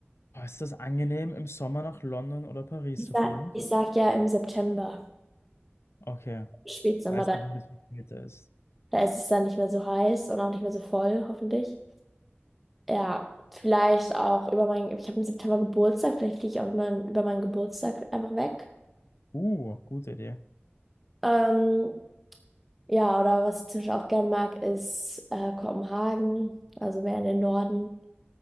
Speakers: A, on the left (about 90°); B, in the centre.
A: Boah, ist das angenehm, im Sommer nach London oder Paris
B: Ich
A: zu
B: sag,
A: fliegen?
B: ich sag ja im September,
A: Okay.
B: Spätsommer,
A: Weil es
B: da
A: dann ein bisschen später ist.
B: Da ist es dann nicht mehr so heiß und auch nicht mehr so voll, hoffentlich. Ja, vielleicht auch über meinen, ich habe im September Geburtstag, vielleicht fliege ich auch immer über meinen Geburtstag einfach weg.
A: Uh, gute Idee.
B: Ähm, ja, oder was ich zum Beispiel auch gern mag, ist äh, Kopenhagen, also mehr in den Norden.